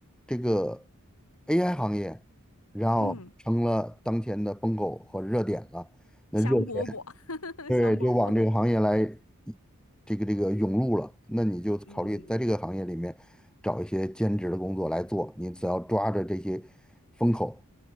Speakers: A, in the centre; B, on the left.
A: 这个 AI 行业，然后成了当前的风口和热点了。
B: 嗯，
A: 那热钱。
B: 香饽饽，
A: 对，
B: <laughs> 香饽饽，
A: 就往这个行业来，这个这个涌入了，那你就考虑在这个行业里面找一些兼职的工作来做。
B: 嗯
A: 你只要抓着这些风口，